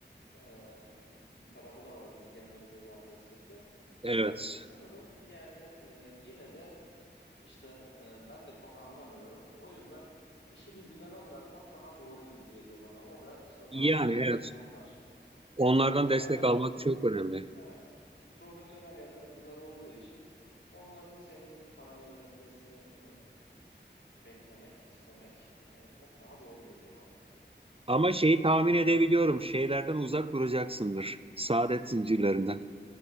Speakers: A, on the left; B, on the right.
A: e, bir tarafı da var bizi genelde göz ardı etsek de.
B: Evet.
A: E, sanırım yani e, yine de işte e, ben de çok anlamıyorum. O yüzden işi bir bilene bırakmak daha doğru gibi geliyor bana. O da işte
B: Yani
A: bahsettiğimiz
B: evet.
A: fonlar. Yani
B: Onlardan
A: fonlar
B: destek almak çok önemli.
A: evet profesyonel yatırımcılar olduğu için onların senin paranı yönetmesini e, Beklemek, istemek, eee, çok daha doğru geliyor bana.
B: Ama şeyi tahmin edebiliyorum. Şeylerden uzak duracaksındır. Saadet zincirlerinden.